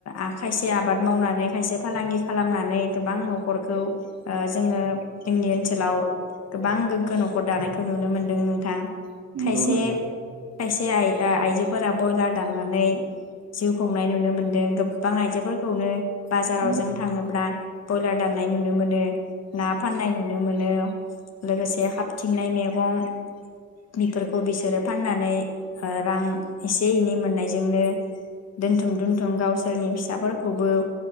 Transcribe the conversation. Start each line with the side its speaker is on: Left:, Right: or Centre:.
Left: आखायसे आबाद मावनानै खायसे फालांगि खालामनानै गोबां न'खरखौ ओ जोङो जोंनि ओनसोलाव गोबां गोग्गो न'खर दानाय खौ नुनो मोनदों नोंथां
Right: नंगौ
Left: खायसे
Right: नोंथां
Left: खायसे आइ ओ आइजोफोरा बयलार दाननानै जिउ खुंनाय नुनो मोन्दों गोबां आइजोफोर खौनो। बाजाराव
Right: नंगौ
Left: जों थाङोब्ला। बयलार दाननाय नुनो मोनो ना फाननाय नुनो मोनो लोगोसे हाबथिंनाय मैगं बेफोरखौ बिसोरो फाननानै ओ रां एसे एनै मोननायजोंनो दोनथुम दोनथुम गावसोरनि फिसा खौबो